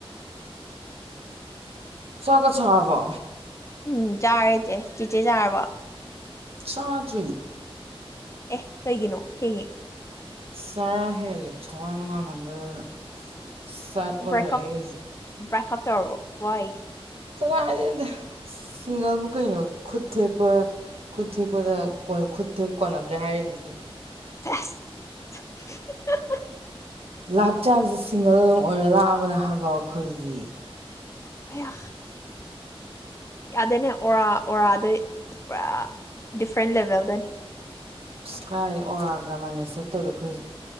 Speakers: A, on the right; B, on the left.
A: ꯆꯥꯛꯀ ꯆꯥꯔꯕꯣ꯫
B: ꯎꯝ ꯆꯥꯔꯦꯆꯦ ꯆꯦꯆꯦ ꯆꯥꯔꯕꯣ꯫
A: ꯆꯥꯇ꯭
B: ꯑꯦ ꯀꯩꯒꯤꯅꯣ ꯊꯦꯡꯉꯦ꯫
A: ꯆꯔꯥ ꯍꯦꯜꯂꯦ ꯊꯋꯥꯏ ꯅꯨꯡꯉꯥꯏꯃꯟꯗꯗꯅ꯫ ꯁꯦꯠ ꯑꯣꯏꯔꯦ
B: ꯕ꯭ꯔꯦꯛꯀꯞ
A: ꯑꯩ ꯍꯧꯖꯤꯛ
B: ꯕ꯭ꯔꯦꯛꯀꯞ ꯇꯧꯔꯕꯣ ꯋꯥꯏ
A: ꯀꯗꯥꯏꯗꯩꯅꯣꯗ ꯁꯤꯡꯒꯜꯕꯨ ꯀꯩꯅꯣ ꯈꯨꯠ ꯈꯨꯠ ꯊꯦꯛꯄ ꯈꯨꯠ ꯊꯦꯛꯄꯗ ꯈꯨꯠ ꯊꯦꯛ ꯀꯣꯟꯅꯗ꯭ꯔꯦ ꯍꯥꯏꯔꯤꯕꯅꯤ ꯑꯩꯈꯣꯏꯗꯤ
B: ꯑ
A: ꯂꯥꯏꯞ ꯇꯥꯏꯝꯖꯦ ꯁꯤꯡꯒꯜ ꯑꯗꯨꯝ ꯑꯣꯏꯔ ꯂꯥꯛꯑꯕꯅꯦ ꯍꯥꯏꯕ ꯑꯩꯈꯣꯏꯗꯤ꯫
B: ꯍ ꯌꯥꯗꯅꯦ ꯑꯣꯔꯥ ꯑꯣꯔꯥꯗ ꯄꯨꯔꯥ ꯗꯤꯐ꯭ꯔꯦꯟ ꯂꯦꯕꯦꯜꯗꯅꯤ
A: ꯏꯁꯀꯥꯏ ꯑꯣꯔꯥ ꯀꯃꯥꯏꯅ ꯆꯠꯇꯧꯔꯣ ꯑꯩꯈꯣꯏꯁꯦ